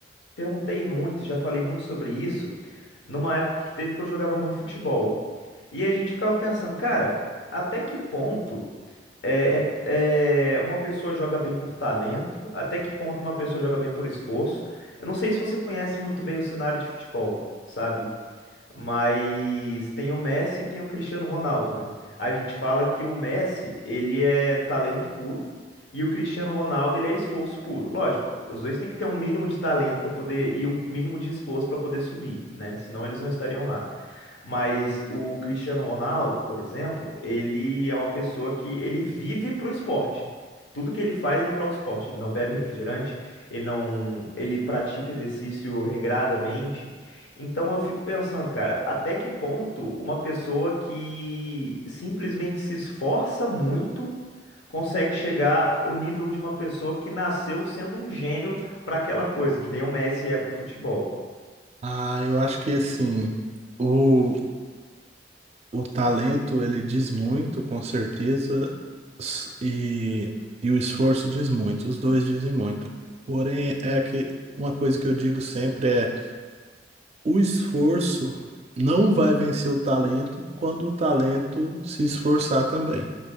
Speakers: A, on the left; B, on the right.
A: perguntei muito, já falei muito sobre isso numa época que teve que eu jogava muito futebol. E a gente ficava pensando, cara, até que ponto É, é, é, uma pessoa joga bem por talento, até que ponto uma pessoa joga bem por esforço. Eu não sei se você conhece muito bem o cenário de futebol, sabe? Mas tem o Messi e tem o Cristiano Ronaldo, né? A gente fala que o Messi, ele é talento puro e o Cristiano Ronaldo, ele é esforço puro. Lógico, os dois têm que ter um mínimo de talento para poder e um mínimo de esforço para poder subir, né? Senão eles não estariam lá. Mas o Cristiano Ronaldo, por exemplo, ele é uma pessoa que ele vive pro esporte. Tudo que ele faz é em prol do esporte. Ele não bebe refrigerante, ele não, ele pratica exercício regradamente. Então eu fico pensando, cara, até que ponto uma pessoa que simplesmente se esforça muito consegue chegar ao nível de uma pessoa que nasceu sendo um gênio para aquela coisa, que nem o Messi é pro futebol.
B: Ah, eu acho que assim, o, o talento ele diz muito, com certeza, s- e, e o esforço diz muito, os dois dizem muito. Porém, é que uma coisa que eu digo sempre é: o esforço não vai vencer o talento quando o talento se esforçar também.